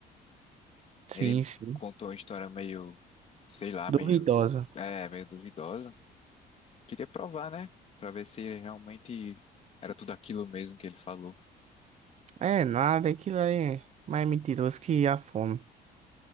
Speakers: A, on the right (about 40°); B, on the left (about 40°).
A: sim.
B: Ele
A: sim.
B: contou uma história meio, sei lá,
A: Duvidosa.
B: meio, es- é, meio duvidosa. Queria provar, né? Para ver se realmente era tudo aquilo mesmo que ele falou.
A: É nada, aquilo aí é mais mentiroso que a fome.